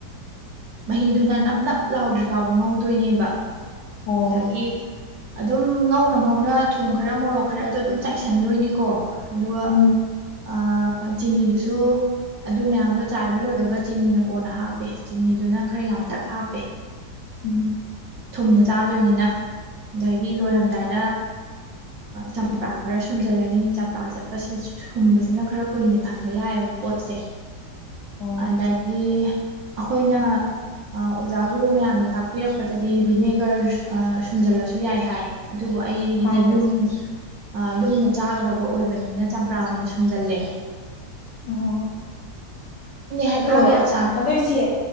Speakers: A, on the right; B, on the left.
A: ꯃꯍꯤꯗꯨꯅ ꯅꯞ ꯅꯞ ꯂꯥꯎꯗ꯭ꯔꯤ ꯐꯥꯎꯕ ꯉꯧꯗꯣꯏꯅꯦꯕ
B: ꯑꯣ
A: ꯑꯗꯒꯤ ꯑꯗꯨꯝ ꯉꯧꯅ ꯉꯧꯅ ꯊꯨꯝ ꯈꯔ ꯃꯣꯔꯣꯛ ꯈꯔꯗꯣ ꯑꯗꯨꯝ ꯆꯥꯏꯁꯟꯗꯣꯏꯅꯤꯀꯣ ꯑꯗꯨꯒ
B: ꯎꯝ
A: ꯑꯥ ꯆꯤꯅꯤ ꯗꯨꯁꯨ ꯑꯗꯨꯣ ꯑꯗꯨ ꯃꯌꯥꯝꯗꯣ ꯆꯥꯏꯕ ꯂꯣꯏꯔꯒ ꯆꯤꯅꯤꯅ ꯀꯣꯟꯅ ꯍꯥꯞꯄꯦ ꯆꯤꯅꯤꯗꯨꯅ ꯈꯔ ꯌꯥꯝ ꯇꯛ ꯍꯥꯞꯄꯦ
B: ꯎꯝ
A: ꯊꯨꯝꯅ ꯆꯥꯗꯣꯏꯅꯤꯅ ꯑꯗꯒꯤ ꯂꯣꯏꯔꯝꯗꯥꯏꯗ
B: ꯑꯣ
A: ꯆꯝꯄ꯭ꯔꯥ ꯈꯔ ꯁꯨꯝꯖꯤꯜꯂꯅꯤ ꯆꯝꯄ꯭ꯔꯥ ꯆꯠꯄꯁꯦ ꯁꯨꯝꯕꯁꯤꯅ ꯈꯔ ꯀꯨꯏꯅ ꯊꯝꯕ ꯌꯥꯏꯑꯕ ꯄꯣꯠꯁꯦ
B: ꯑꯣ
A: ꯑꯗꯒꯤ ꯑꯩꯈꯣꯏꯅ ꯑꯣꯖꯥ ꯒꯨꯔꯨ ꯃꯌꯥꯝꯅ ꯇꯥꯛꯄꯤꯔꯛꯄꯗꯗꯤ ꯚꯅꯦꯒꯔ ꯁꯨꯝꯖꯤꯜꯂꯁꯨ ꯌꯥꯏ ꯍꯥꯏ ꯑꯗꯨꯕꯨ ꯑꯩꯒꯤꯗꯤ
B: ꯍꯥꯏꯕꯅꯤ
A: ꯌꯨꯝ ꯑꯥ ꯌꯨꯝꯗ ꯆꯥꯒꯗꯕ ꯑꯣꯏꯕꯅꯤꯅ ꯆꯝꯄ꯭ꯔꯥ ꯑꯣꯏꯅ ꯁꯨꯝꯖꯜꯂꯦ
B: ꯑꯣ
A: ꯍꯩꯈꯥꯒꯤ
B: ꯑꯗꯣ
A: ꯑꯆꯥꯔ
B: ꯑꯗꯣ ꯏꯆꯦ